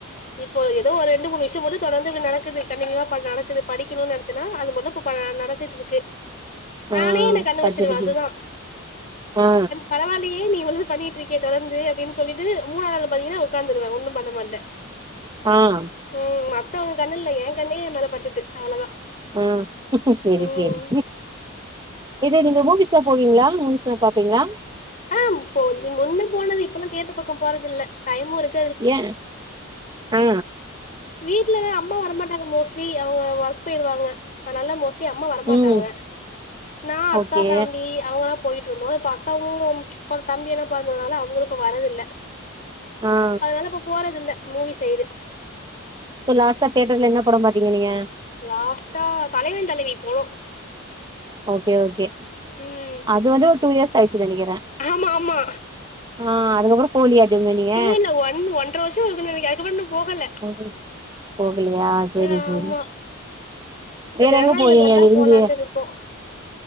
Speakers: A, on the left; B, on the right.
A: இப்போ ஏதோ ஒரு ரெண்டு மூணு விஷ்யோ மட்டு தொடந்து நடக்குது கண்டினியூவா இப்ப நடக்குது படிக்கணும்னு நெனா ச்சனா அது மட்டு இப்ப ப நடந்துட்ருக்கு
B: ஆ
A: நானே என்ன கண்ணு
B: பட்ஜெட்டுக்கு
A: வச்சிருவே அதுதா
B: ஆ
A: பரவாயில்லயே நீ இவ்ளோது பண்ணிட்ருக் கியே தொடந்து அப்டின்னு சொல்லிட்டு மூணா நாள் பாத்தீங்கன்னா உக்காந்துருவே ஒண்ணு பண்ண மாட்டே
B: ஆ
A: ம் மத்தவங்க கண்ணு இல்ல என் கண்ணியே என் மேல பட்டுட்டு அவ்ளோதா
B: ம் செரி
A: ம்
B: செரி இது நீங்க மூவிஸ்லா போவீங்களா மூவிஸ்ல்லா பாப்பீங்களா
A: ஆ போ நீ முன்ன போனது இப்பெல்லா தியேட்டர் பக்க போறதில்ல டைமு இருக்
B: ஏன் ஆ
A: வீட்லதா அம்மா வரமாட்டாங்க மோஸ்ட்லி அவுங்க ஒர்க் போய்ருவாங்க அதனால மோஸ் ட்லி அம்மா வரமாட்டாங்க
B: ம்
A: நா அக்கா
B: ஓகே
A: ஃபேமிலி அவுங்க போயிட்ருந்தோ இப்ப அக்காவு இப்ப தம்பியெல்லா பொறந்ததுனால அவுங்களு இப்ப வர்றதில்ல
B: ஆ
A: அதனால இப்ப போறது இல்ல மூவி சைடு
B: இப்ப லாஸ்டா தேட்டர்ல என்ன படம் பாத்தீங்க நீங்க
A: லாஸ்ட்டா தலைவன் தலைவி போனோ
B: ஓகே ஓகே
A: ம்
B: அது வந்து ஒரு டூ இயர்ஸ் ஆயிடுச்சு நெனைக்கிறே
A: ஆமா ஆமா
B: ஆ அதுக்கப்புறோ போலியா எதுவுமே நீங்க
A: டூ இல்ல ஒன் ஒன்ற வர் ஷோருக்கு நெனைக்கிறே அதுக்கப்றோ இன்னு போகல
B: <inaudible> போகலியா செரி
A: ஆ
B: செரி
A: ஆமா இப்ப
B: வேற
A: ஜனநாயகன்
B: எங்க போவீங்க
A: வந்தா
B: விரும்பி
A: போலான்ட்டு இருக்கோ